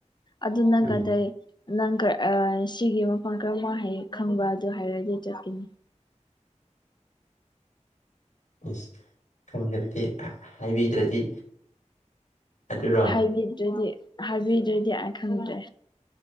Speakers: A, on the left; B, on the left.
A: ꯑꯗꯨꯅ
B: ꯎꯝ
A: ꯒꯗꯩꯩ ꯅꯪꯒ ꯑꯥ ꯁꯤꯒꯤ ꯃꯐꯝ ꯀꯔꯝꯕ ꯍꯥꯌꯦ ꯈꯪꯕ ꯑꯗꯨ ꯍꯥꯏꯔꯗꯤ ꯆꯠꯀꯅꯤ
B: ꯑꯁ ꯈꯪꯖꯔꯒꯦ ꯍꯥꯏꯕꯤꯗ꯭ꯔꯗꯤ ꯑꯗꯨꯔꯣ
A: <unintelligible> ꯍꯥꯏꯕꯤꯗ꯭ꯔꯗꯤ ꯑꯩ ꯈꯪꯗ꯭ꯔꯦ